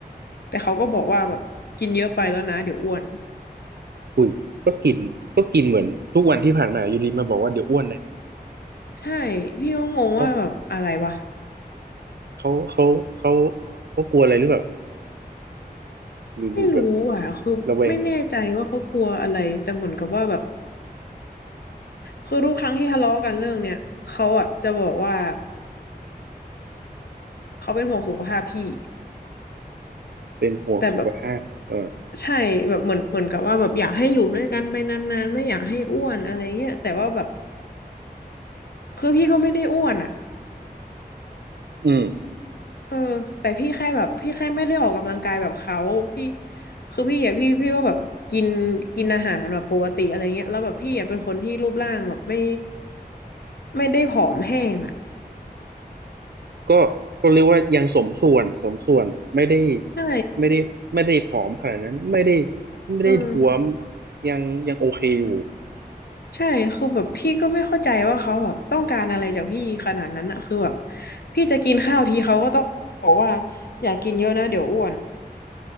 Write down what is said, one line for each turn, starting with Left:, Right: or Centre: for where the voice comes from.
Left: แต่เขาก็บอกว่าแบบกินเยอะไปแล้วนะเดี๋ยวอ้วน
Right: อุ้ยก็กินก็กินเหมือนทุกวันที่ผ่านมาอยู่ดีมาบอกว่าเดี๋ยวอ้วนนะ
Left: ใช่พี่ก็งงว่าแบบอะไรวะ
Right: เขาเขาเขาเขาเขากลัวอะไรหรือเปล่าหรือหรือแบบ
Left: ไม่รู้อ่ะคือไม่แน่ใจว่าเขากลัวอะไรแต่เหมือนกับว่าแบบ
Right: ระแวง
Left: คือทุกครั้งที่ทะเลาะกันเรื่องเนี้ยเขาอ่ะจะบอกว่าเขาเป็นห่วงสุขภาพพี่
Right: เป็นห่วงสุขภาพเออ
Left: แต่แบบใช่แบบเหมือนเหมือนกับว่าแบบอยากให้อยู่ด้วยกันไปนานๆไม่อยากให้อ้วนอะไรเงี้ยแต่ว่าแบบคือพี่ก็ไม่ได้อ้วนอ่ะ
Right: อืม
Left: เออแต่พี่แค่แบบพี่แค่ไม่ได้ออกกำลังกายแบบเขาพี่คือพี่อ่ะพี่พี่ก็แบบกินกินอาหารแบบปกติอะไรเงี้ยแล้วแบบพี่อ่ะเป็นคนที่รูปร่างแบบไม่ไม่ได้ผอมแห้งอ่ะ
Right: ก็ก็เรียกว่ายังสมส่วนสมส่วนไม่ได้
Left: ใช่
Right: ไม่ได้ไม่ได้ผอมขนาดนั้นไม่ได้ไม่ได้ท้วม
Left: เออ
Right: ยังยังโอเคอยู่
Left: ใช่คือแบบพี่ก็ไม่เข้าใจว่าเขาแบบต้องการอะไรจากพี่ขนาดนั้นอะคือแบบพี่จะกินข้าวทีเขาก็ต้องบอกว่าอย่ากินเยอะนะเดี๋ยวอ้วน